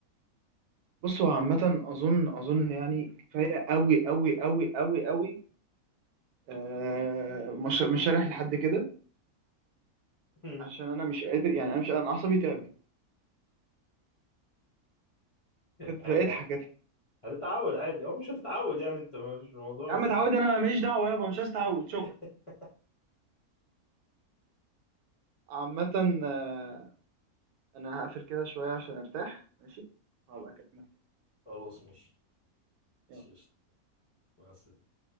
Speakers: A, on the right (about 85°); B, on the left (about 35°).
A: بص هو عامة أظن أظن يعني كفاية قوي قوي قوي قوي قوي آه مش مش هريح لحد كده
B: <laughs>
A: عشان أنا مش قادر يعني أنا مش أنا عصبي تعبت اضحك
B: عادي عادي
A: اضحك
B: هتتعود عادي او مش هتتعود يعني انت مش الموضوع
A: يا عم
B: بس
A: اتعود أنا ماليش دعوة يابا مش عايز اتعود
B: <laughs>
A: شكرا عامة آه أنا هقفل كده شوية عشان أرتاح ماشي هبقى أكلمك تاني
B: خلاص ماشي
A: يلا
B: قشطة. مع السلامة